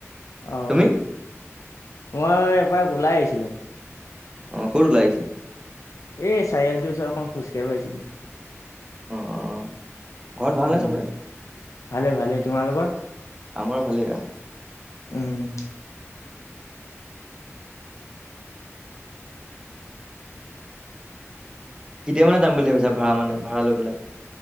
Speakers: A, on the left (about 85°); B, on the right (about 20°).
A: অ
B: তুমি
A: মই এপাক ওলাই আহিছিলো
B: অ ক'ত ওলাই আহিছা?
A: এই চাৰিআলিটো ওচত অকণমান খোজকাঢ়িব আহিছিলো
B: অ', অ', ঘৰত ভালনে
A: উম
B: চবৰে?
A: ভালে ভালেই, তোমালোকৰ?
B: আমাৰ ভালেই আৰু
A: উম
B: কেতিয়া মানে যাম বুলি ভাবিছা ভাড়া মানে ভাড়া লৈ পেলই